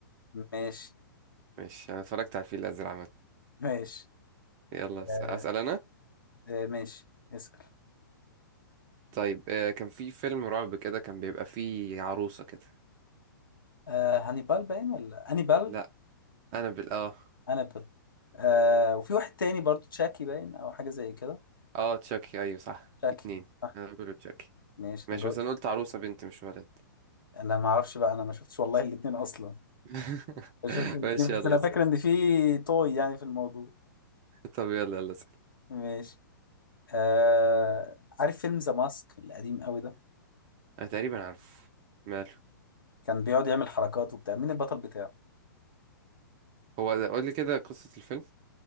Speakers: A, on the left; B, on the right.
A: ماشي
B: ماشي انا اتفرجت على الفيل الازرق عامه
A: ماشي
B: يلا
A: آه
B: أس- اسال انا
A: آه ماشي اسأل.
B: طيب آه كان في فيلم رعب كده كان بيبقى فيه عروسه كده
A: آه هانيبال باين ولا هانيبال
B: لا انا بال اه
A: هانيبال آه وفي واحد تاني برضو تشاكي باين او حاجه زي كده
B: اه تشاكي ايوه صح
A: تشاكي
B: اتنين
A: صح
B: انا بقوله تشاكي
A: ماشي
B: ماشي
A: انا جاوبت
B: بس انا قلت عروسه بنت مش ولد
A: انا ما اعرفش بقى انا ما شفتش والله الاثنين اصلا
B: <laughs>
A: ما شفتش الاثنين
B: ماشي
A: بس
B: يلا
A: انا
B: اسأل.
A: فاكر ان في طوي يعني في الموضوع
B: طب يلا يلا اسال
A: ماشي آه عارف فيلم ذا ماسك القديم قوي ده
B: انا تقريبا عارفه ماله
A: كان بيقعد يعمل حركات وبتاع مين البطل بتاعه
B: هو ده قول لي كده قصه الفيلم